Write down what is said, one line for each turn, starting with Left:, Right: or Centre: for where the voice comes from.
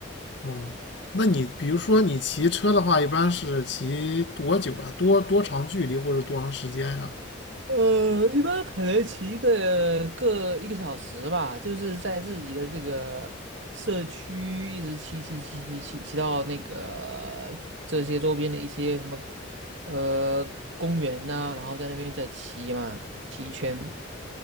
Left: 哦，那你比如说你骑车的话，一般是骑多久啊？多多长距离或者多长时间呀？
Right: 呃，一般可能骑一个个一个小时吧，就是在自己的这个社区一直骑骑骑骑骑骑到那个这些周边的一些什么呃公园呐、然后在那边再骑嘛，骑一圈。